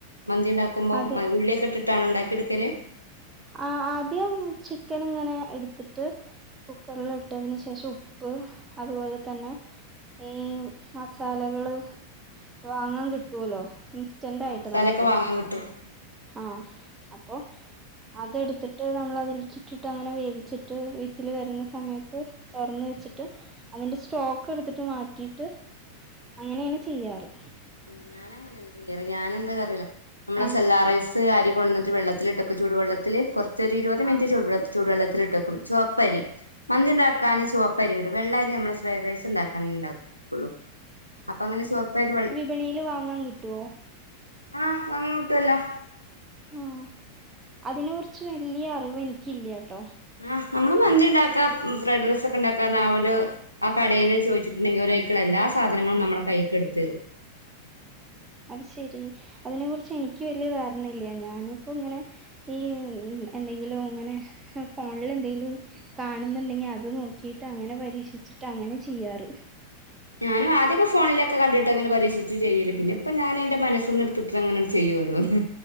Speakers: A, on the left (about 85°); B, on the right (about 20°).
A: മന്തിണ്ടാക്കുമ്പം
B: അത്
A: മ ഉള്ളിയൊക്കെ ഇട്ടിട്ടാണോ ഉണ്ടാക്കിട്ക്കല്.
B: ആ ആദ്യം ചിക്കന്ങ്ങനെ എടുത്ത്ട്ട്. കുക്കർല്ട്ടതിന് ശേഷം ഉപ്പ് അതുപോലെ തന്നെ. ഈ മസാലകള് വാങ്ങാ കിട്ടുവലോ. സ്റ്റണ്ടായിട്ട്
A: ആഹ് മസാലൊക്കെ
B: നമുക്ക്
A: വാങ്ങാൻ കിട്ടും
B: ആഹ് അപ്പൊ. അത്ട്ത്തിട്ട് നമ്മളതിൽക്കിട്ടിട്ട് അങ്ങനെ വേവിച്ചിട്ട് വിസില് വരുന്ന സമയത്ത്. തൊർന്ന് വെച്ചിട്ട് അതിന്റെ സ്ട്രോക്ക് എടുത്തിട്ട് മാറ്റിട്ട്. അങ്ങനേണ് ചെയ്യാറ്.
A: ഉം ഞാനങ്ങനല്ല ചെയ്യാറ് ഞാനെന്ത് അറില്ല നമ്മളെ
B: ആ
A: സെല്ലാ റൈസ്. ത്ത് അരി കൊട്ന്ന്ട്ട് വെള്ളത്തിലിട്ടൊക്കെ ചുടു വെള്ളത്തില് കൊർച്ചൊര് ഇരുപത് മിൻറ്റ്
B: ആ
A: ചുടു വെള്ള ചൂടു വെള്ളത്തിലിട്ടക്കും ചുവപ്പരി മന്തിണ്ടാക്കാന് ചുവപ്പരി ഇടും വെള്ള അരി നമ്മ ഫ്രൈഡ് റൈസ്ണ്ടാക്കണ ണ്ടാക്കു ഒള്ളു അപ്പൊങ്ങനെ ചുവപ്പരി
B: വിപണീല് വാങ്ങാ കിട്ടുവോ?
A: ആഹ് വാങ്ങാ കിട്ട്വല്ലോ.
B: ഉം അതിനെ കുറിച്ച് വല്ല്യ അറിവ് എനിക്ക്യില്ലാട്ടോ.
A: ആഹ് നമ്മള് മന്തിണ്ടാക്കാ ഉം ഫ്രൈഡ് റൈസ് ഒക്കെണ്ടാക്കാർഞ്ഞാ ആ ഒരു. ആ കടേന്ന് ചോയിച്ചിട്ട്ണ്ടെങ്കി ഓലയ്ക്ക്ള്ള എല്ലാ സാധനങ്ങളും നമ്മളെ കൈയ്ക്ക് ഇട്ത്തരും.
B: അത് ശെരി അതിനെ കുറിച്ച് എനിക്ക് വല്ല്യ ധാരണ ഇല്ല്യ ഞാന്പ്പോ ങ്ങനെ. ഈ എന്തെങ്കിലുങ്ങനെ ഫോൺല് എന്തെങ്കിലും. കാണുന്നുണ്ടെങ്കി അത് നോക്കിട്ട് അങ്ങനെ പരീക്ഷിച്ചിട്ട് അങ്ങനെ ചെയ്യാറ്.
A: ഞാനു ആദ്യക്കെ ഫോണിലൊക്കെ കണ്ടിട്ടങ്ങനെ പരീക്ഷിച്ച് ചെയ്യല് പിന്നെപ്പ ഞാൻ എന്റെ മനസ്സ്ന്ന്ട്ത്ത്. അങ്ങനെട് ചെയ്യു ഓരോന്ന്